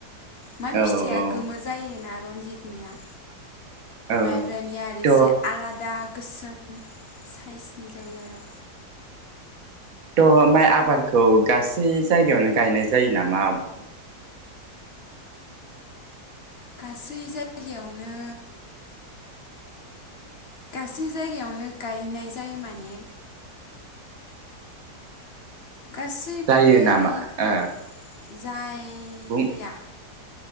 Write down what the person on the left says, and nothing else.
माइ
फिथाइया
गोमो जायोना रनजितनिया?
माइब्रानिया आरो
इसे आलादा गोसोम साइसनि जायो आर'
गासै जायगायावनो गासै जायगायावनो गायनाय जायो माने
गासैबो
इफे
जाया।